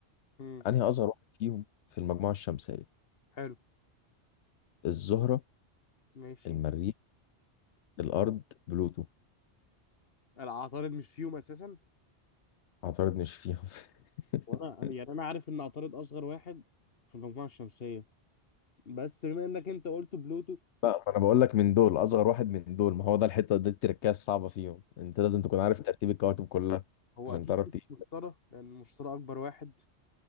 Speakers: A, on the left (about 60°); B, on the left (about 80°).
A: امم
B: انهي اصغر واحد فيهم في المجموعة الشمسية
A: حلو
B: الزهرة
A: ماشي
B: المريخ الارض بلوتو
A: العطارد مش فيهم اساسا
B: اعترضنيش فيهم <laughs>
A: وانا انا يعني انا عارف ان عطارد اصغر واحد في المجموعه الشمسيه بس بما انك انت قلت بلوتو
B: لا ما انا بقول لك من دول اصغر واحد من دول ما هو ده الحته دي التركية الصعبه فيهم انت لازم تكون عارف ترتيب الكواكب كلها
A: هو
B: عشان
A: اكيد
B: تعرف
A: مش
B: تيجي
A: مشترى لان المشترى اكبر واحد